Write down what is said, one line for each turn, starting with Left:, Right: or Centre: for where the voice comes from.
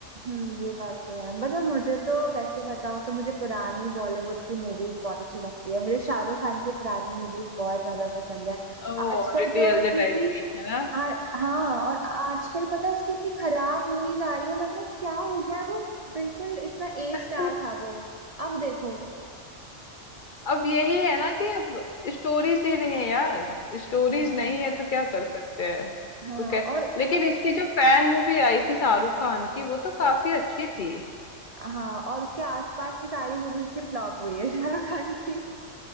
Right: हम्म ये बात तो है मतलब मुझे तो वैसे बताओ तो मुझे पुरानी बॉलीवुड की मूवीज बहुत अच्छी लगती है मुझे शाहरुख खान की पुरानी मूवीज बहुत ज्यादा पसंद है
Left: ओ
Right: आजकल
Left: डीडी
Right: तो
Left: एलजे
Right: उसकी इतनी
Left: टाइप की है ना
Right: आ, हाँ और आजकल पता है उसकी इतनी खराब मूवीज आ रही है मतलब क्या हो गया है? वो बिल्कुल इतना ए स्टार
Left: तो
Right: था वो अब देखो
Left: अब यही है ना कि अब स्टोरीज ही नहीं है यार स्टोरीज
Right: हाँ
Left: नहीं है तो क्या कर सकते हैं
Right: हाँ
Left: तो क्या
Right: और
Left: लेकिन इसकी जो फैन मूवी आई थी शाहरुख खान की वो तो काफी अच्छी थी
Right: हाँ और उसके आसपास की सारी मूवीज की फ्लॉप हुई है <laughs> शाहरुख खान की